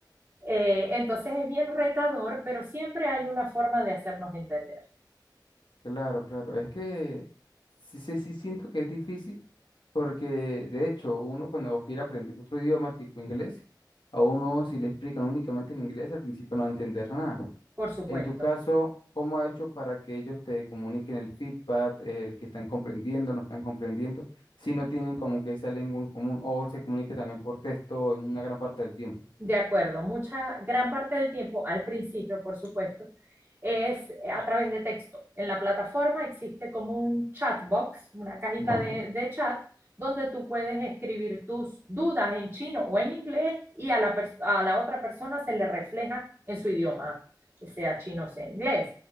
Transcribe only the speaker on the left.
claro, claro, es que sí, sí, sí siento que es difícil porque de hecho uno cuando quiere aprender otro idioma tipo inglés, a uno si le explican únicamente en inglés al principio no va a entender nada.
En tu caso, ¿cómo ha hecho para que ellos te comuniquen el feedback, eh, el que están comprendiendo, no están comprendiendo, si no tienen como que esa lengua en común o se comunique también por texto en una gran parte del tiempo?
Ujú.